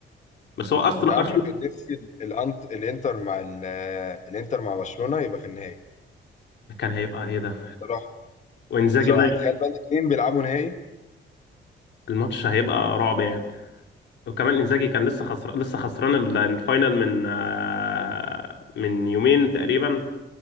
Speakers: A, on the left (about 65°); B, on the left (about 35°).
A: بس هو اصلا
B: انت عارف
A: ارسنال
B: انا كان نفسي ال- الانت الانتر مع ال- آه، الانتر مع برشلونة يبقى في النهائي
A: كان هيبقى ايه ده
B: بصراحة
A: وانزاجي
B: بصراحة
A: بقى
B: تخيل بقى الاثنين بيلعبوا نهائي
A: الماتش هيبقى رعب يعني وكمان انزاجي كان لسه خسر لسه خسران ال- الفاينل من آه، من يومين تقريبا